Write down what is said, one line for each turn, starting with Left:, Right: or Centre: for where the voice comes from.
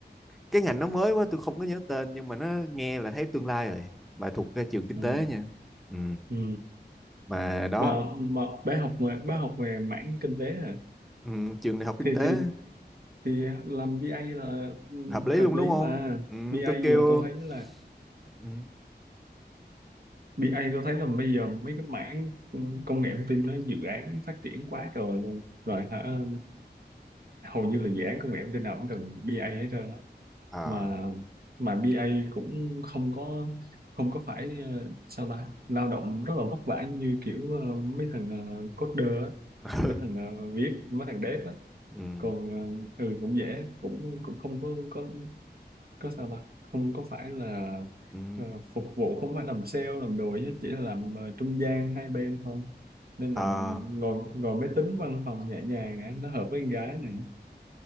Centre: cái ngành nó mới quá tôi không có nhớ tên nhưng mà nó nghe là thấy tương lai rồi mà thuộc cái trường kinh
Right: ừ
Centre: tế nha ừ.
Right: ừ
Centre: mà đó
Right: mà mà bé học về bé học về mảng kinh tế hả
Centre: ừ, trường đại học kinh
Right: thì
Centre: tế
Right: thì thì làm bê A là ừ,
Centre: hợp lý
Right: hợp
Centre: luôn
Right: lý
Centre: đúng không
Right: mà
Centre: ừ,
Right: bê A
Centre: tôi kêu
Right: giờ tôi thấy là
Centre: ừ,
Right: bê A tôi thấy là bây giờ mấy cái mảng ừ, công nghệ thông tin nó dự án phát triển quá trời luôn rồi hả hầu như là dự án công nghệ thông tin nào cũng cần bê A hết trơn
Centre: à
Right: mà mà bê A cũng không có không có phải ờ, sao ta lao động rất là vất vả như kiểu ờ, mấy thằng ờ, coder á,
Centre: <laughs> ừ,
Right: mấy thằng ờ, viết mấy thằng dev á
Centre: ừ,
Right: còn ờ, ừ cũng dễ cũng cũng không có có có sao ta không có phải là
Centre: ừ,
Right: ờ, phục vụ không phải làm sale làm đồ chứ chỉ là làm ờ, trung gian hai bên thôi nên
Centre: à
Right: là ngồi ngồi máy tính văn phòng nhẹ nhàng á, nó hợp với con gái này